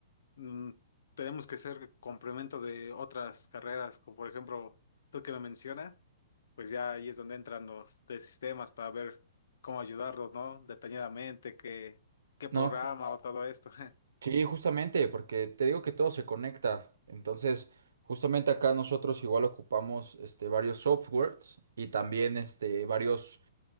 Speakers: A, on the left; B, on the right.
A: mm, tenemos que ser complemento de otras carreras, como por ejemplo, tú que me mencionas, pues ya ahí es donde entran los de sistemas para ver cómo ayudarlos, ¿no? Detalladamente, qué, qué programa
B: No.
A: o todo esto. <laughs>
B: Sí, justamente, porque te digo que todo se conecta. Entonces, justamente acá nosotros igual ocupamos este, varios softwares y también este, varios,